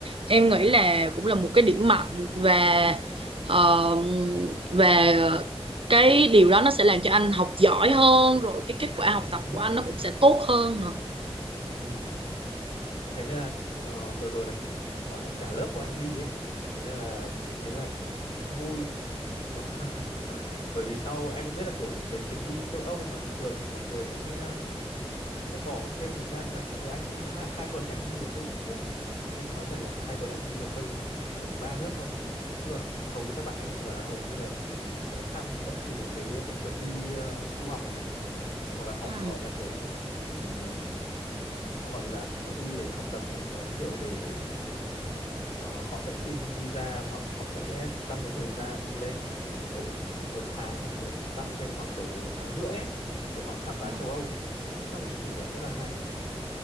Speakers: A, on the right; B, on the left.
A: em nghĩ là cũng là một cái điểm mạnh và ờ, và cái điều đó nó sẽ làm cho anh học giỏi hơn rồi cái kết quả học
B: ừ
A: tập
B: hứ,
A: của anh nó cũng sẽ tốt hơn nữa
B: ừ thế nên là ờ, vừa rồi là cũng gọi là cả lớp của anh đi đấy thế nên là anh thấy là kiểu nó cũng vui <laughs> bởi vì sau em cũng biết là kiểu cái chuyến đi châu Âu mà bình thường thì mọi người sẽ sẽ bỏ thêm thời gian ra từ anh anh hai, hai tuần thì anh đi được hơi ít nước anh anh cũng nói thật là hai tuần anh đi được hơi cũng chỉ khoảng ba nước thôi chứ còn hầu như các bạn anh là hầu như là sẽ tham sẽ sử dụng cái cái chuyến đi ờ, du học này này hoặc là họ
A: Ừ.
B: gọi là kiểu ừm, nó gọi là chuyến đi để học tập ấy đấy kiểu để ờ, họ sẽ xin visa và họ họ sẽ tăng cái thời gian lên khoảng độ một tháng hoặc là tăng thêm khoảng độ tháng rưỡi ấy để họ khám phá
A: Ừ.
B: châu Âu ấy cũng là một cái kỷ niệm rất là hay